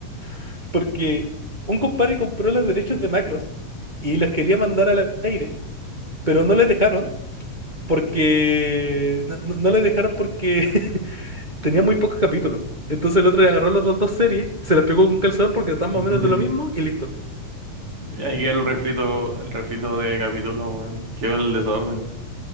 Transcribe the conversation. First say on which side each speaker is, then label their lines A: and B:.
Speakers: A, on the right (about 15°); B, on the right (about 40°).
A: <laughs> porque un compadre compró los derechos de Macros y los quería mandar al aire, pero no les dejaron porque... No, no, no les dejaron porque <laughs> tenía muy pocos capítulos. Entonces el otro le agarró las otras dos series, se las pegó con un calzador porque están más
B: <laughs>
A: o menos de lo mismo y listo.
B: Ahí queda el refrito, el refrito de capítulo, weón. Qué el desorden.